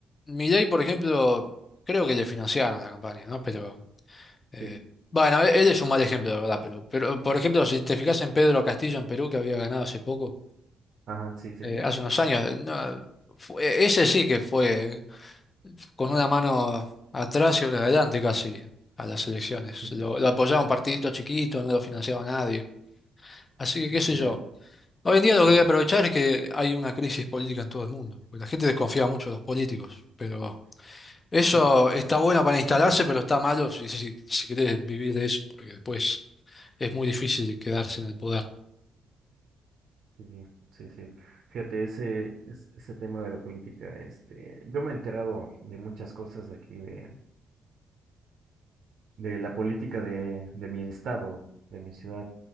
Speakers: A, on the left; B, on the right.
A: Milei, por ejemplo, creo que le financiaron la campaña, ¿no? Pero, eh,
B: sí.
A: bueno, él, él es un mal ejemplo, de verdad, pero, pero, por ejemplo, si te fijas en Pedro Castillo en Perú, que había ganado hace poco,
B: Ajá, sí, sí.
A: eh, hace unos años, eh, no, fue- ese sí que fue con una mano atrás y otra adelante casi a las elecciones.
B: <laughs>
A: Lo, lo apoyaba un partidito chiquito, no lo financiaba nadie. Así que, qué sé
B: Ya.
A: yo. Hoy en día lo
B: Sí,
A: que hay
B: sí.
A: que aprovechar es que hay una crisis política en todo el mundo, porque la gente desconfía mucho de los políticos, pero... Eso
B: Sí.
A: está bueno para instalarse, pero está malo si, si, si querés vivir de eso, porque después es muy difícil quedarse en el poder.
B: Sí, sí, sí. Fíjate, ese, es- ese tema de la política, este, yo me he enterado de muchas cosas de aquí, de, de la política de, de mi estado, de mi ciudad,